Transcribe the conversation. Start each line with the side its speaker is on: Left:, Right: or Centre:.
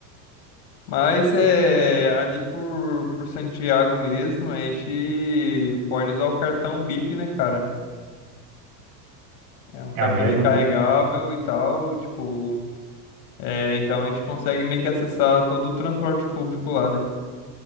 Left: Mas é ali por, por Santiago mesmo, a gente pode usar o cartão Bip, né, cara? É um
Right: É
Left: cartão
Right: o mesmo?
Left: recarregável e tal, tipo. É, então a gente consegue meio que acessar todo o transporte público lá, né?